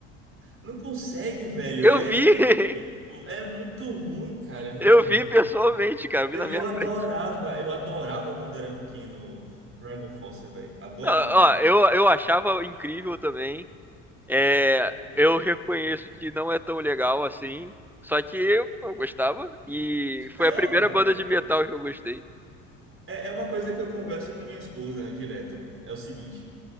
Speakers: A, on the right (about 35°); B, in the centre.
A: Não consegue, velho.
B: Eu
A: É,
B: vi.
A: é tudo.
B: <laughs>
A: É muito ruim, cara. É muito
B: Eu
A: ruim.
B: vi pessoalmente, cara. Eu vi
A: Eu,
B: na minha
A: eu adorava,
B: frente.
A: eu adorava quando era pequeno Dragon Force, velho. Adorava.
B: Ó, ó, eu, eu achava incrível também. É, eu reconheço que não é tão legal assim. Só que eu, eu gostava. E foi
A: Não,
B: a primeira banda de metal que eu gostei.
A: é é uma coisa que eu converso com minha esposa, né, direto. É o seguinte,